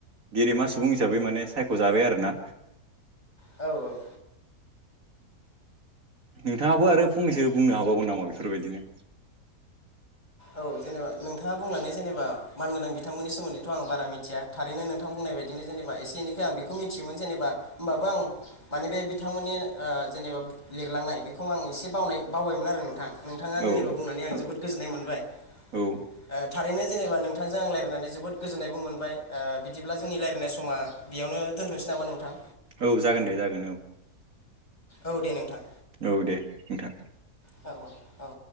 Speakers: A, on the right (about 60°); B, on the left (about 25°).
A: गेदेमा सुबुं हिसाबै माने सायख'जाबाय आरोना।
B: औ औ
A: नोंथाङाबो आरो फंनैसो बुंनो हाबावगोन नामा बेफोरबायदिनो?
B: औ जेनेबा नोंथाङा बुंलांनाय जेनेबा मानगोनां बिथांमोननि सोमोन्दैथ' आं बारा मिथिया थारैनो नोंथां बुं नायबादिनो जेनोबा एसे एनैखो आं बिखौ मिथियोमोन जेनोबा होनबाबो आं मानि बे बिथांमोननि ओ। एबा लिरलांनाय बेखौ आं एसे बावनाय बावबायमोन आरो नोंथां नोंथाङा जेनेबा
A: औ
B: बुंनानै आं जोबोद गोजोननाय मोनबाय।
A: औ
B: ओ थारैनो जेनेबा नोंथांजों आं रायलायनानै जोबोद गोजोननायबो मोनबाय ओ बिदिब्ला जोंनि रायल्लायनाय समा बेयावनो। दोनथसै नामा नोंथां?
A: औ जागोन दे जागोन औ
B: औ दे नोंथां।
A: औ दे नोंथां।
B: औ औ औ